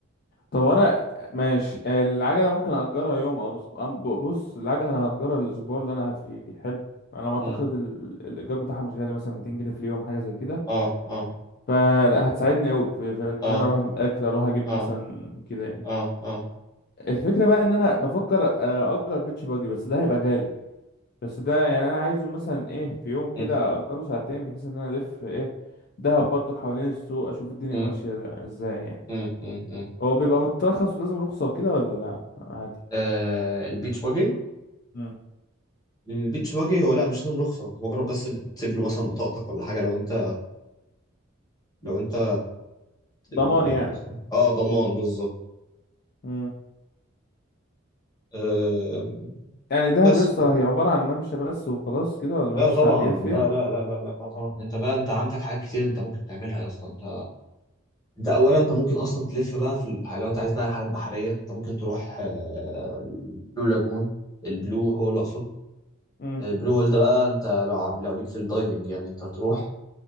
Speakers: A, on the left; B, on the left.
A: طب انا ماشي العجله ممكن اجرها يوم او اسبوع أم- ب- بص العجله انا هاجرها الاسبوع اللي انا قاعد فيه حلو انا ما اعتقد
B: مم.
A: ال- الايجار بتاعها مش غالي مثلا 200 جنيه في اليوم حاجه زي كده
B: اه اه
A: فهتساعدني قوي في, في ان
B: اه
A: انا اروح اجيب اكل اروح اجيب
B: اه
A: مثلا كده يعني
B: اه اه
A: الفكرة بقى ان انا بفكر آه، اجر بيتش باجي بس ده هيبقى غالي بس ده يعني انا عايزه مثلا ايه في يوم كده
B: مم.
A: اجره ساعتين بحيث ان انا الف ايه دهب برضك حوالين السوق اشوف الدنيا
B: مم.
A: ماشية ازاي يعني
B: مم. مم. مم.
A: هو بيبقى مترخص ولازم رخصة وكده ولا لا عادي
B: آه، البيتش باجي
A: مم.
B: البيتش باجي هو لا مش لازم رخصة انت مجرد بس بتسيب له مثلا بطاقتك ولا حاجة لو انت لو انت ال-
A: ضمان يعني
B: اه ضمان بالظبط
A: مم.
B: آه
A: يعني دهب
B: بس
A: يسطا هي عبارة عن ممشى بس وخلاص كده ولا
B: لا
A: مفيش
B: طبعا
A: فعاليات
B: لا
A: فيها
B: لا لا لا لا لا طبعا انت بقى انت عندك حاجات كتير انت ممكن تعملها يا اسطى انت انت اولا انت ممكن اصلا تلف بقى في الح- لو انت عايز بقى رحلات بحريه انت ممكن تروح آه، البلو لاجون البلو هول اقصد
A: مم.
B: البلو هول ده بقى انت لو عب لو ليك في الدايفنج يعني انت هتروح